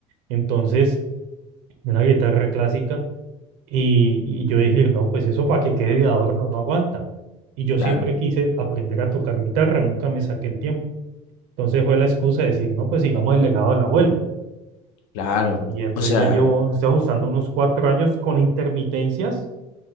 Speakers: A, on the right (about 75°); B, on the left (about 75°).
A: Entonces, una guitarra clásica. Y, y yo decir, no, pues eso para que quede de adorno no aguanta. Y yo
B: claro,
A: siempre quise aprender a tocar guitarra, nunca me saqué el tiempo. Entonces fue la excusa de decir, no, pues sigamos el legado del abuelo.
B: claro.
A: Y entonces
B: O sea,
A: ya llevo, estoy ajustando unos cuatro años con intermitencias.